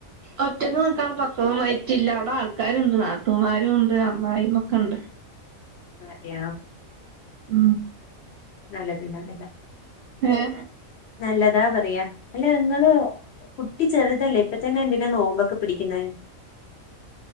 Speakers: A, on the right (about 60°); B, on the left (about 65°).
A: ഒറ്റക്ക് നിക്കാനുള്ള പക്യതയൊന്നും ആയിട്ടില്ല അവിടെ ആൾക്കാരുണ്ട് നാ ഉമ്മമാരും ഉണ്ട് അമ്മായിയും ഒക്കെ ഉണ്ട്
B: അതെയൊ
A: ഉം
B: നല്ല പില്ല
A: ഹഏ
B: നല്ലതാ അത് അ അല്ലങ്ങള് കുട്ടി ചെറുതല്ലേ ഇപ്പ തന്നെ എന്തിനാ നോമ്പൊക്കെ പിടിക്കുന്നേ